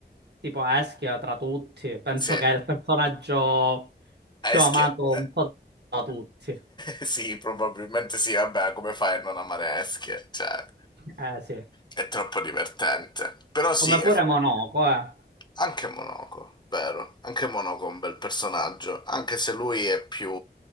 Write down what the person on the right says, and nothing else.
tipo Eschia tra tutti, penso
che è il personaggio più
amato
un po' da tutti.
Eh sì.
Come pure Monaco, eh.